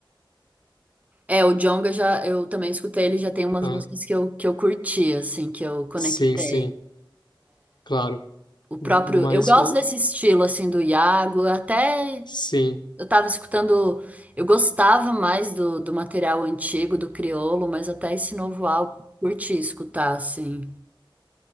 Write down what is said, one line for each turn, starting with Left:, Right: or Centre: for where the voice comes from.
Right: É, o Djonga já, eu também escutei, ele já tem umas
Left: né?
Right: músicas que eu, que eu curti, assim, que eu conectei.
Left: Sim, sim, claro.
Right: O próprio.
Left: M- Mas
Right: Eu gosto
Left: o...
Right: desse estilo, assim, do Iago. Até
Left: Sim,
Right: eu tava escutando. Eu gostava mais do, do material antigo, do Criolo, mas até esse novo álbum eu curti escutar, assim.